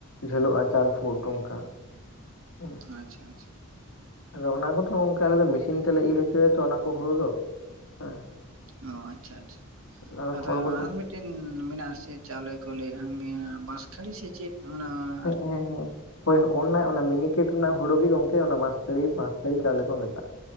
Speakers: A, on the left; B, on the right.
A: ᱡᱷᱮᱞᱚᱜᱼᱟ ᱪᱟᱨ ᱯᱷᱩᱴ ᱚᱱᱠᱟ ᱦᱮᱸ
B: ᱟᱪᱪᱷᱟ ᱟᱪᱷᱟ
A: ᱟᱫᱚ ᱚᱱᱟ ᱠᱚᱫᱚ ᱚᱝᱠᱟ ᱟᱞᱮ ᱫᱚ ᱢᱤᱥᱤᱱ ᱛᱮᱞᱮ ᱤᱨ ᱦᱚᱪᱚᱭᱟ ᱛᱚ ᱚᱱᱟ ᱠᱚ ᱦᱩᱲᱩ ᱫᱚ ᱦᱮᱸ
B: ᱚ ᱟᱪᱪᱷᱟ ᱟᱪᱪᱷᱟ <inaudible>
A: ᱟᱫᱚ
B: ᱟᱨ
A: ᱠᱷᱚᱲ ᱠᱚ
B: ᱟᱨ ᱢᱤᱫ ᱴᱤᱱ ᱢᱮᱱᱟᱜ ᱟᱥᱮ ᱪᱟᱣᱞᱮ ᱠᱚ ᱞᱟᱹᱭᱟ <unintelligible> ᱵᱟᱥ ᱠᱷᱟᱲᱮ ᱥᱮ ᱪᱮᱫ ᱦᱱᱟ <unintelligible>
A: ᱦᱮᱸ ᱦᱮᱸ ᱦᱮᱸ ᱦᱳᱭ ᱚᱱᱟ ᱚᱱᱟ ᱢᱤᱱᱤ ᱠᱷᱮᱛ ᱨᱮᱱᱟᱜ ᱦᱩᱲᱩ ᱜᱮ ᱜᱚᱝᱠᱮ ᱚᱱᱟ ᱵᱟᱥᱛᱲᱤ ᱵᱟᱥᱛᱟᱲᱤ ᱪᱟᱣᱞᱮ ᱠᱚ ᱢᱮᱟᱜᱼᱟ